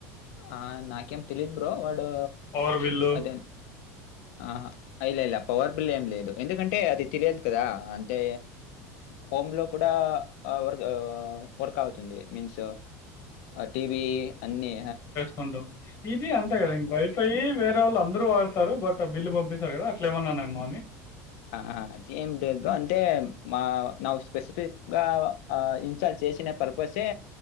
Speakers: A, on the left; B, on the left.
A: ఆ నాకేం తెలిద్ బ్రో వాడు
B: పవర్ బిల్లు
A: అదేన్ ఆహా ఇలా ఇలా పవర్ బిల్ ఏం లేదు ఎందుకంటే అది తెలియదు కదా అంటే హోమ్ లో కూడా వ వర్క్ అవుతుంది మీన్స్ టివి అన్ని
B: కుంటాం ఇది అంతే కదా ఇం వైఫై వేరే వాళ్ళు అందరుూ వాడాతారు బట్ బిల్లు పంపిస్తారు కద అట్ ఏమన్నానేమో
A: ఆహా! అదేం లేదు బ్రో. అంటే మా నా్ స్పెసిఫిక్ గా ఇన్స్టాల్ చేసిన పర్పసే